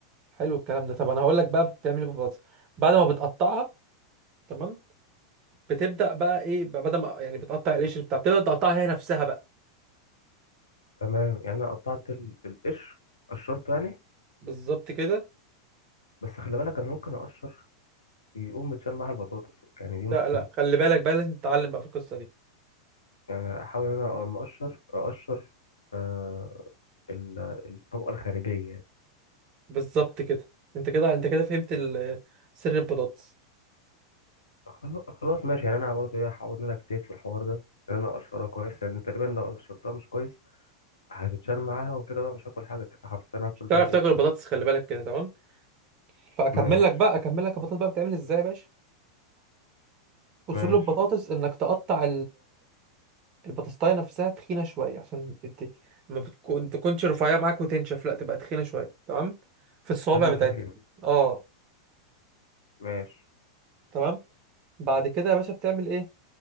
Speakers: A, on the right; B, on the left.
A: حلو الكلام ده طب انا هقول لك بقى بتعمل ايه بالبطاطس بعد ما بتقطعها تمام بتبدا بقى ايه بقى بدل ما يعني بتقطع القشر بتاع بتبدا تقطعها هي نفسها بقى
B: تمام يعني أنا قطعت ال- القشر قشرته يعني
A: بالظبط كده
B: بس خلي بالك أنا ممكن أقشر يقوم متشال معاها البطاطس يعني دي
A: لا
B: مشكلة
A: لا خلي بالك بقى لازم تتعلم بقى في القصه دي
B: يعني أحاول إن أنا لما أقشر أقشر آه ال- الطبقة الخارجية يعني
A: بالظبط كده انت كده انت كده فهمت ال- سر البطاطس
B: خلاص خلاص ماشي يعني أنا برضه إيه هحاول إن أنا أجتهد في الحوار ده إن أنا أقشرها كويس لأن تقريبا لو قشرتها مش كويس هتتشال معاها وكده بقى مش هاكل حاجة كده حرفيا هاكل
A: مش
B: بقى
A: تعرف
B: إيه
A: تاكل البطاطس خلي بالك كده تمام فاكمل
B: ماشي
A: لك بقى اكمل لك البطاطس بقى بتعمل ازاي يا باشا اصول
B: ماشي
A: البطاطس انك تقطع البطاطاية نفسها تخينة شوية عشان ت- ما بتكون تكونش رفيعة معاك وتنشف لا تبقى تخينة شوية تمام في الصوابع
B: لازم
A: بتاعتها
B: تفهمني
A: اه
B: ماشي
A: تمام بعد كده يا باشا بتعمل ايه